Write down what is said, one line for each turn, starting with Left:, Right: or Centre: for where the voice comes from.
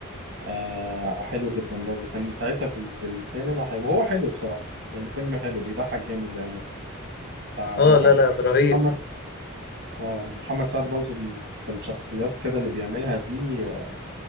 Right: آه حلو جدا برضو كان ساعتها في ال- في السينما حلو هو حلو بصراحه يعني فيلم حلو بيضحك جامد بامانه بتاع بوحه
Left: اه لا
Right: ده
Left: لا رهيب
Right: محمد اه محمد سعد برضو م- في الشخصيات كده اللي بيعملها دي آه،